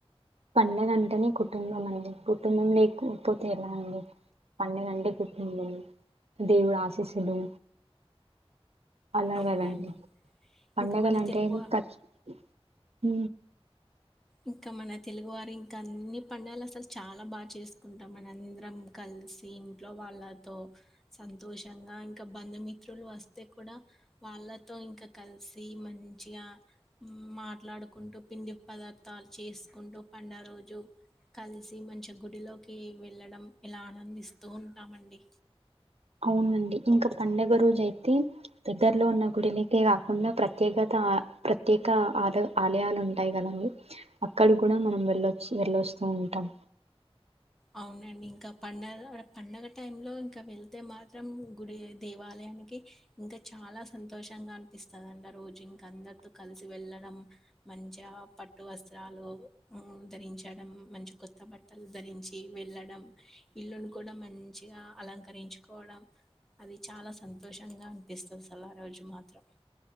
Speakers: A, on the right; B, in the centre.
A: పండగ వెంటనే కుటుంబం అండి కుటుంబం లేకపోతే ఎలా అండి పండగ అంటే కుటుంబం దేవుడు ఆశీస్సులు అలాగదండి
B: అవునండి
A: పండుగలు
B: ఇంకా మన
A: అంటే
B: తెలుగు
A: ఏంది ఖర్చు హ
B: ఇంకా మన తెలుగువారి ఇంకా అన్ని పండుగలు అసలు చాలా బాగా చేసుకుంటాం మన అందరం కలిసి ఇంట్లో వాళ్ళతో సంతోషంగా ఇంకా బంధుమిత్రులు వస్తే కూడా వాళ్ళతో ఇంకా కలిసి మంచిగా మాట్లాడుకుంటూ పిండి పదార్దాలు చేసుకుంటూ పండగ రోజు కలిసి మంచి గుడిలోకి వెళ్ళడం ఇలా ఆనందిస్తూ ఉంటామండి
A: అవునండి ఇంకా పండుగ రోజు అయితే దగ్గరలో ఉన్న గుడిలకే కాకుండా ప్రత్యేకత ప్రత్యేక ఆల ఆలయాలు ఉంటాయి కదండి అక్కడ కూడా మనం వెళ్ళొచ్చ వెళ్ళొస్తూ ఉంటాం
B: అవునండి ఇంకా పండగ పండగ టైం లో ఇంకా వెళ్తే మాత్రం గుడి దేవాలయానికి ఇంకా చాలా సంతోషంగా అనిపిస్తదండి. ఆ రోజు ఇంకా అందరితో కలిసి వెళ్ళడం, మంచిగా పట్టు వస్త్రాలు ధరించడం, మంచి కొత్త బట్టలు ధరించి వెళ్ళడం ఇల్లును కూడా మంచిగా అలంకరించుకోవడం అది చాలా సంతోషంగా అనిపిస్తది అసలు ఆ రోజు మాత్రం